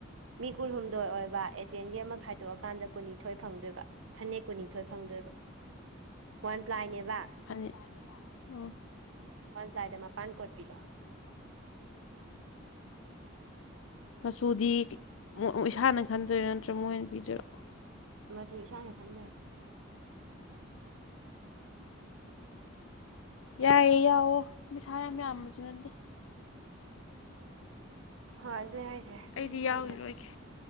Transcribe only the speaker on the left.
ꯐꯅ‌ꯦꯛ ꯑꯣ
ꯃꯆꯨꯗꯤ ꯏꯁꯥꯅ ꯈꯟꯗ‌ꯣꯏꯔꯥ ꯅꯠꯇ꯭ꯔꯒ ꯃꯣꯏꯅ ꯄꯤꯗ‌ꯣꯏꯔ‌ꯣ
ꯌꯥꯏꯌꯦ ꯌꯥꯎꯑꯣ ꯄꯩꯁꯥ ꯌꯥꯝ ꯃꯌꯥꯝꯕꯁꯨ ꯅꯠꯇ‌ꯦ
ꯑꯩꯗꯤ
ꯌꯥꯎꯈꯤꯔꯣꯏꯒꯦ